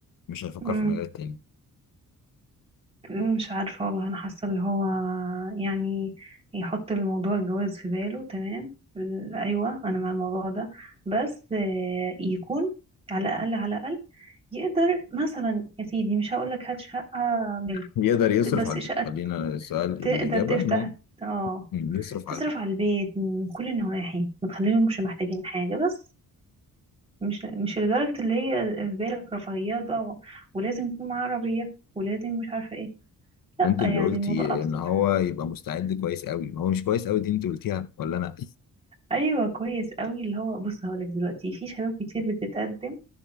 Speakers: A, on the left; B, on the right.
A: مش هيفكر
B: م،
A: في مجال تاني
B: مش عارفة والله انا حاسة اللي هو يعني يحط الموضوع الجواز في باله تمام ال- ايوه انا مع الموضوع ده بس آه، يكون على الاقل على الاقل يقدر مثلا يا سيدي مش هقول لك هات شقة ملك
A: يقدر يصرف
B: بس
A: على البيت
B: شقة
A: خلينا السؤال
B: تقدر
A: الإجابة
B: تفتح
A: إنه
B: اه
A: يصرف
B: تصرف
A: على البيت
B: على البيت من كل النواحي ما تخليهمش محتاجين حاجة بس مش مش لدرجة اللي هي في بالك رفاهيات بقى و- ولازم يكون معاه عربية ولازم مش عارفة ايه لا
A: أنت اللي
B: يعني
A: قلتي
B: الموضوع أبسط
A: إن هو يبقى مستعد كويس قوي هو مش كويس قوي دي أنت قلتيها ولا أنا
B: أيوة كويس قوي اللي هو بص هقولك دلوقتي في شباب كتير بتتقدم